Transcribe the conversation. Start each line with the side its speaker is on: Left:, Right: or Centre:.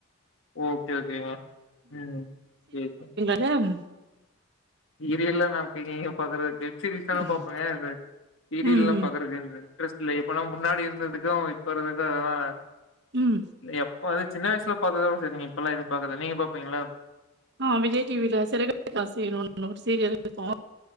Left: ஓகே ஓகேங்க ம் சேரிங்க
Right: வேகம்
Left: இது இல்ல மேம் நீங்க எங்கெங்கயோ பாக்கறதுக்கு வெப்சிரீஸ் தாங்க
Right: ம்
Left: பாப்பங்கே இந்த சீரியல்லா
Right: ம்
Left: பாக்கறதில்லைங்க டிரெஸ்லே இப்ப நம்ம முன்னாடி இருந்ததுக்கு இப்பறதுக்கு அதெல்லா
Right: ம்
Left: எப்போ அது சின்ன வயசுல பாத்ததோட சேரி நீங்க இப்பலா எது பாக்கல பாப்பீங்ளா
Right: ஆ விஜய் டிவில சிறகடிக்க ஆசை ஒன்னு ஙரியல் க்கு